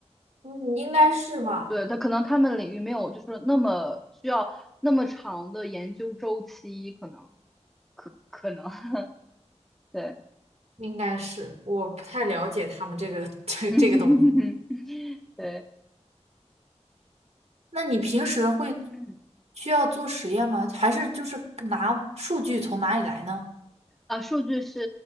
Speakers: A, on the right; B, in the centre.
A: 嗯，应该是吧。
B: 对，它可能他们领域没有就是那么需要那么长的研究周期，可能可可能 <laughs> 对，
A: 应该是，我不太了解他们这个 <laughs> 这这个东西。
B: <laughs> 嗯对，
A: 那你平时会
B: 嗯。
A: 需要做实验吗？还是就是拿数据从哪里来呢？
B: 啊，数据是